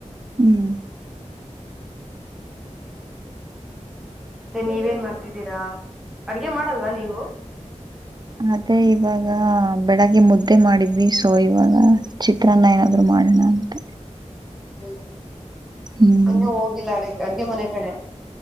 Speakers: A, on the right; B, in the centre.
A: ಹ್ಮ್
B: ಮತ್ತೆ ನೀವೇನ್ ಮಾಡ್ತಿದ್ದೀರಾ ಅಡ್ಗೆ ಮಾಡಲ್ವಾ ನೀವು
A: ಅದೇ ಇವಾಗ ಬೆಳಗ್ಗೆ ಮುದ್ದೆ ಮಾಡಿದ್ವಿ ಸೊ ಇವಾಗ ಚಿತ್ರಾನ್ನ ಏನಾದ್ರು ಮಾಡ ಮಾಡೋಣ ಅಂತ
B: ಹ್ಮ
A: ಹ್ಮ್
B: ಇನ್ನ ಹೋಗಿಲ್ಲ ಅ ಅಡ್ಗೆ ಮನೆ ಕಡೆ